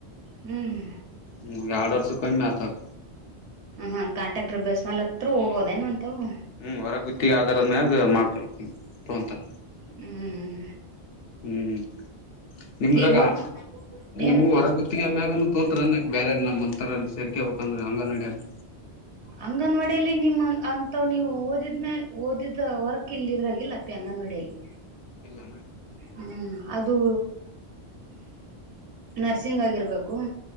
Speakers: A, on the right; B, on the left.
A: ಹ್ಮ್.
B: ಹ್ಮ್ ಯಾಡ್ ವರ್ಷಾಕೊಮ್ಮೆ ಆತದ್.
A: ಹ ಕಾಂಟ್ರಾಕ್ಟರ್ ಬೇಸ್ ಮೇಲ್ ಹತ್ರ ಹೋಗ್ಬೋದೇನ ಅಂತವು
B: ಹ್ಮ್ ಹೊರಗ್ ಗುತ್ ತಿ ಅದ್ರ್ಮ್ಯಾಗ್ ಮಾಡ್ತಾರ್ ಅಪ್ಪಿ. ತಗೊಂತಾರೆ
A: ಹ್ಮ್
B: ಹ್ಮ್ ನಿಮ್ದಾಗ
A: ಈಗ ವರ್ಕ್
B: ನಿಮ್ಗು
A: ಏನಪ್ಪಿ
B: ಹೊರಗ್ ಗುತ್ತಿಗೆ ಮ್ಯಾಗನು ತೋಂತ್ರರನ್ಕ್ ಬ್ಯಾರೆ ನಮ್ಮಂತೋರ್ ಅಲ್ ಸೆರ್ಕ್ಯಬೇಕ ಅಂದ್ರೆ ಅಂಗನ್ವಾಡ್ಯಾಗ್.
A: ಅಂಗನ್ವಾಡಿಯಲ್ಲಿ ನಿಮ್ಮ ಅ ಅಂತವ್ ನೀವು ಓದಿದ್ಮೇಲೆ ಓದಿದ ವರ್ಕ್ ಇಲ್ ಇದ್ರಾಗಿಲ್ಲಪ್ಪಿ ಅಂಗನ್ವಾಡಿಯಲ್ಲಿ.
B: ಇಲ್ಲನ
A: ಹ್ಮ ಅದು. ನರ್ಸಿಂಗ್ ಆಗಿರ್ಬೇಕು.